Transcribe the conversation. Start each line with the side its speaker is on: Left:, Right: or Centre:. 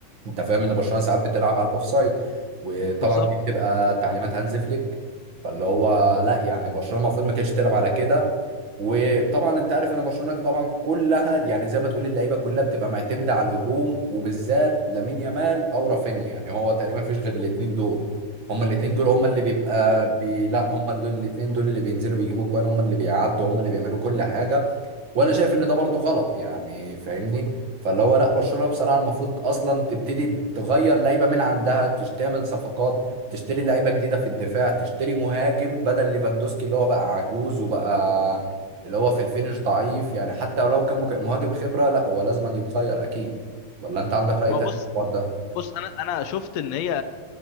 Right: انت فاهم ان برشلونة ساعات بتلعب على الاوفسايد وطبعا
Left: بالظبط
Right: دي بتبقى تعليمات هانز فليك فاللي هو لا يعني برشلونة المفروض ما كانتش تلعب على كده وطبعا انت عارف ان برشلونه طبعا كلها يعني زي ما تقول اللعيبه كلها بتبقى معتمده على الهجوم وبالذات لامين يامال او رافينيا يعني هو تقريبا مفيش غير الاثنين دول هما الاثنين دول هما اللي بيبقى بي... لا هما دول الاثنين دول اللي بينزلوا بيجيبوا كوان هما اللي بيعدوا هما اللي بيعملوا كل حاجه وانا شايف ان ده برضو غلط يعني فاهمني فاللي هو لا برشلونه بصراحه المفروض اصلا تبتدي تغير لعيبه من عندها تش- تعمل صفقات تشتري لعيبه جديده في الدفاع تشتري مهاجم بدل ليفاندوسكي اللي هو بقى عجوز وبقى اللي هو في الفينش ضعيف يعني حتى لو كان مج- مهاجم خبره لا هو لازم يتغير اكيد ولا انت عندك راي
Left: ما
Right: تاني
Left: هو بص
Right: في الحوار ده
Left: بص انا انا شفت ان هي